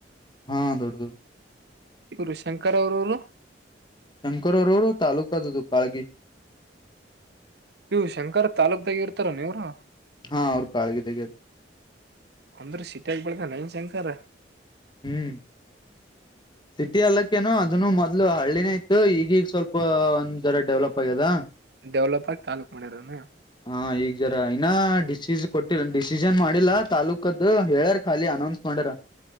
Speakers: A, on the left (about 25°); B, on the right (about 65°).
A: ಹಾ ದೌಡದುೌ
B: ಇವರು ಶಂಕರ್ ಅವ್ರವರು
A: ಶಂಕರ ರೋಡ್ ತಾಲೂಕದುು ಕಾಳಗಿ
B: ಇವು ಶಂಕರ ತಾಲೂಕ್ದಾಗ ಇರ್ತಾರ ನೀವರು
A: ಹಾ ಅವ್ರರು ಕಾಳಿಗೆದೆಗೆ ಇರ್ತ
B: ಅಂದ್ರ ಸಿಟಿ ಆಗ್ಬಳ್ದ ನೈನ್ ಶಂಕರ
A: ಹ್ಮ್ ಸಿಟಿ ಅಲ್ಲಕ್ಕೇನು ಅದನ್ನು ಮೊದ್ಲು ಹಳ್ಳಿನೇ ಇತ್ತು ಈಗೀಗ ಸ್ವಲ್ಪ ಒಂದ್ ಜ್ರ ಡೆವಲಪ್ ಆಗ್ಯದ
B: ಡೆವಲಪ ಆಗಿ ತಾಲೂಕ್ ಮಾಡಿರನ
A: ಹಾ ಈಗ ಜರ ಇನ್ನ ಡಿಸಿಜ್ ಕೊಟ್ಟಿಲ್ಲ ಡಿಸಿಜನ್ ಮಾಡಿಲ್ಲಾ ತಾಾಲೂಕದ ಹೇಳಾರ ಖಾಲಿ ಅನೌನ್ಸ್ ಮಾಡ್ಯಾರ